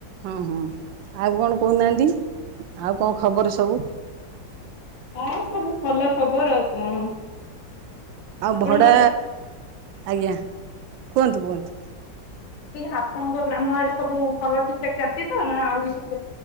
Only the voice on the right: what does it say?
ହଁ ହଁ ଆଉ କଣ କହୁନାହାନ୍ତି ଆଉ କଣ ଖବର ସବୁ।
ଆଉ
ଭଡ଼ା
ଆଜ୍ଞା କୁହନ୍ତୁ କୁହନ୍ତୁ।